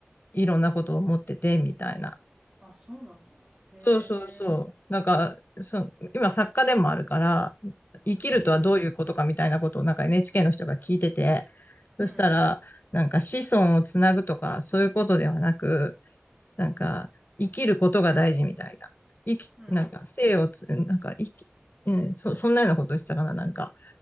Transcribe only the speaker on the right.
あ、そうなんだ。へえ。
うん。
うん。
うんうん。